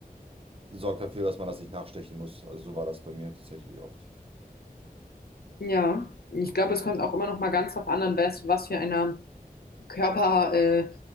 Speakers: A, on the right; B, on the left.
A: sorgt dafür, dass man das nicht nachstechen muss. Also so war das bei mir tatsächlich oft.
B: Ja, ich glaube, es kommt auch immer noch mal ganz drauf an, an was, was für einer Körperstelle äh,